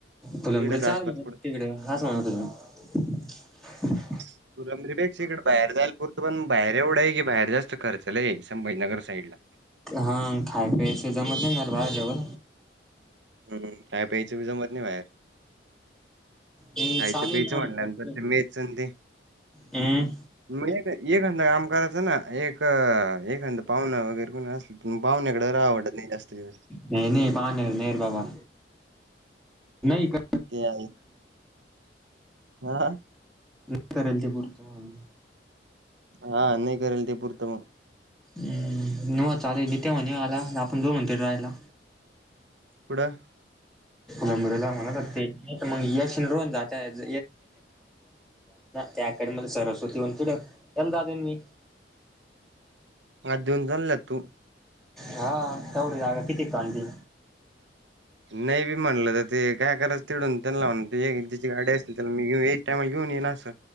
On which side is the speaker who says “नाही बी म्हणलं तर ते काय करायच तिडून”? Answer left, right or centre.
Right